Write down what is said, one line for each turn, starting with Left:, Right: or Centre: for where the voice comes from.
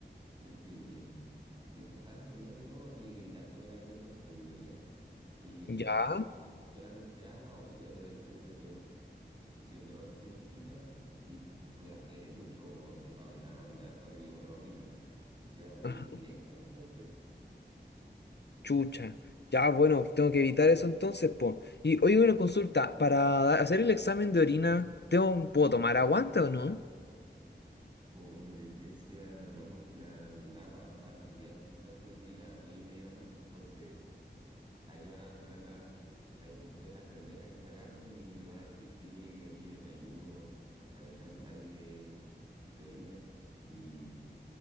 Right: Le explico, miren. Mientras tanto, primero que todo, tiene que evitar comer alimentos sólidos, ¿ya? Tiene que beber
Left: Ya,
Right: solamente agua o suero, de preferencia suero. Y si el dolor se identifica, o si le sube la fiebre mucho o empieza a vomitar, vomitar, todo lo que come lo vomita, debe acudir
Left: ajá,
Right: directamente a urgencias.
Left: chucha. Ya, bueno, tengo que evitar eso entonces, po. Y hoy una consulta, para da- hacer el examen de orina, ¿tengo, puedo tomar aguante o no?
Right: O de preferencia no, porque la- el agua va a cambiar los componentes de su orina muy inmediatamente. Entonces, ahí le van a entregar la- las instrucciones a la enfermera que está a cargo y le va a decir que tiene que venir en ayuno para el examen de sangre y de, de orina. Y